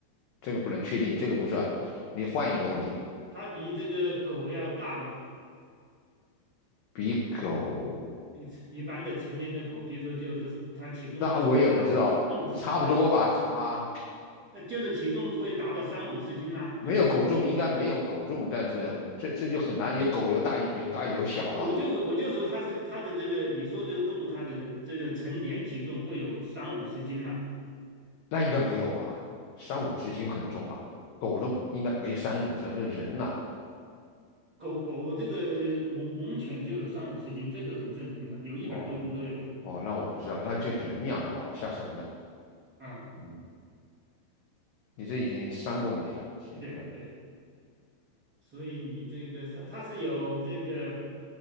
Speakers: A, on the left; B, on the right.
A: 这个不能确定，这个不是。
B: 啊？
A: 你换一个问题，
B: 它比这个狗要大嘛，
A: 比狗，
B: 比成一般的成年的狗，比如说就是它体重会超过三五三五十啊，
A: 那我也不知道，差不多吧，差。
B: 它就是体重会达到三五十斤嘛，
A: 没有狗重，
B: 就是成年。
A: 应该没有狗重，但是这这就很难有狗有大有大有小啊，
B: 呃我就说我就说它是它的这个，你说这个动物它的这个成年体重会有三五十斤嘛？
A: 那应该没有吧？三五十斤很重了，狗重应该没三五十，那人呐、
B: 狗狗这个猛猛犬就有三五十斤，这个很正常的，有一百多斤都有啊。
A: 哦哦，那我不知道，那就人一样的了啊，吓神了。
B: 啊，
A: 嗯，你这已经三个问题了，行，
B: 对对，
A: 嗯
B: 所以你这个它它是有这个